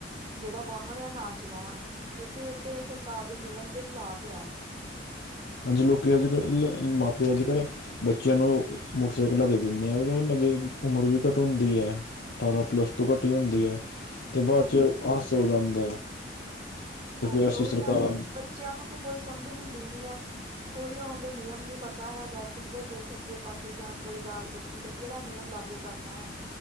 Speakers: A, on the right; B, on the left.
A: ਜਿਹੜਾ ਵਾਹਨ ਆ ਨਾ ਚਲਾਉਣ ਕਿਉਂਕਿ ਇੱਥੇ ਸਰਕਾਰ ਦੇ ਨਿਯਮ ਦੇ ਖਿਲਾਫ ਆ।
B: ਹਾਂ ਜੀ ਲੋਕੀ ਅੱਜ ਕੱਲ੍ਹ ਮਾਪੇ। ਅੱਜ ਕੱਲ੍ਹ। ਬੱਚਿਆਂ ਨੂੰ ਮੋਟਰਸਾਈਕਲਾਂ ਦੇ ਦਿੰਦੇ ਆ। ਉਹਨਾਂ ਦੀ ਉਮਰ ਵੀ ਘੱਟ ਹੁੰਦੀ ਹੈ। ਅਠਾਰਾਂ ਪਲੱਸ ਤੋਂ ਘੱਟ ਹੁੰਦੀ ਹੈ ਤੇ ਬਾਅਦ
A: ਹਾਂਜੀ
B: ਚ ਆਸ ਹੋ ਜਾਂਦਾ ਹੈ। ਅਤੇ
A: ਹਾਂਜੀ
B: ਫਿਰ ਅਸੀਂ
A: ਉਹੀ
B: ਸਰਕਾਰਾਂ
A: ਨਾ ਕੇ ਬੱਚਿਆਂ ਨੂੰ ਤੇ ਕੋਈ ਸਮਝ ਹੁੰਦੀ ਨੀ ਆ। ਕੋਈ ਆਉਣ ਦੇ ਨਿਯਮ ਨਹੀਂ ਪਤਾ ਹੈਗਾ। ਕਿੱਧਰ ਜ ਸੱਜੇ ਪਾਸੇ ਜਾਂ ਕੋਈ ਲਾਲ ਬੱਤੀ। ਜਾਂ ਕਿਹੜਾ ਨਿਯਮ ਲਾਗੂ ਕਰਨਾ ਹੈ?